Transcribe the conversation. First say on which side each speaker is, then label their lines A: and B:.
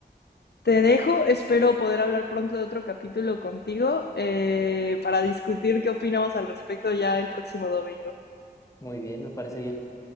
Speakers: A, on the left (about 70°); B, on the left (about 20°).
A: Te dejo, espero poder hablar pronto de otro capítulo contigo eh, para discutir qué opinamos al respecto ya el próximo domingo.
B: Muy bien, me parece bien.